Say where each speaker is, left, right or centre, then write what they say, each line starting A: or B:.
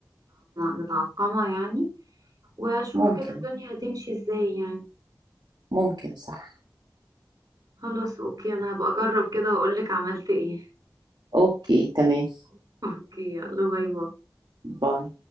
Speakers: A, on the right; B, on the right.
A: متعقمة يعني واشوف
B: ممكن
A: كده الدنيا هتمشي ازاي يعني
B: ممكن صح
A: خلاص اوكي انا هبقى اجرب كده واقولك عملت ايه
B: اوكي تمام
A: <laughs> اوكي يلا باي باي
B: باي